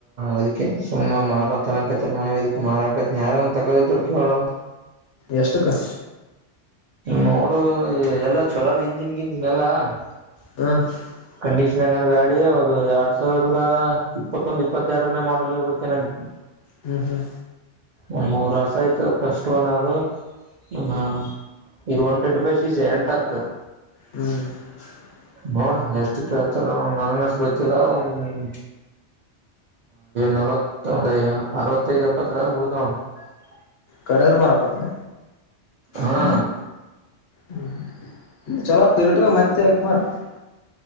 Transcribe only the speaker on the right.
ಅದಕ್ಕೆ ಸುಮ್ಮ ಮಾರ ತಕ ಮನ್ ಅದಕ್ಕೆ ಮಾರಾಕ ಯಾರನ್ನ ತಗಳರಿಧ್ರ ಕೇಳೂ <unintelligible>
ನೋಡು ಎಲ್ಲಾ ಚಲೋದ್ ಇಂಜಿನ್ ಗಿಂಜಿನ್ ಎಲ್ಲಾ <unintelligible>
ಕಂಡೀಷನ್ ಗಾಡಿ ಹೌದು ಎರಡ್ ಸಾವಿರದ ಇಪ್ಪತ್ತೊಂದು ಇಪ್ಪತ್ತೆರನೇ ಮಾಡಲ್ ಇರ್ಬೇಕೆ ನ <unintelligible>
ಒ ಮೂರ್ ವರ್ಷ ಆಯ್ತು ಫಸ್ಟ್ ಒನ್ ಅವರ್ ಹ ಇದು ಒನ್ ಟ್ವೆಂಟಿ ಫೈವ ಸೀಸ್ ಎಂಟರ್ಕ್ <unintelligible>
ನೋಡ್ ಎಷ್ಟು ಪ್ರ <unintelligible> ರ ನನಗ ಅಷ್ಟು ಗೊತ್ತಿಲ್ಲ ಒಂದ್ ನವತ್ತ ಒಂದು ಅರವತ್ತೈದುಎಪ್ಪತ್ತ ಬಿಡತ ನೋ <unintelligible>
ಹಾ